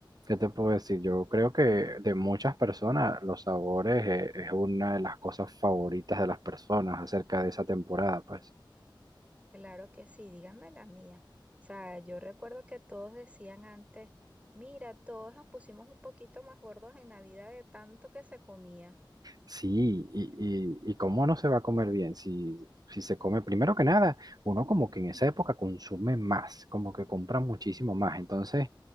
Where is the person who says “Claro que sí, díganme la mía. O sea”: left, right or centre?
Right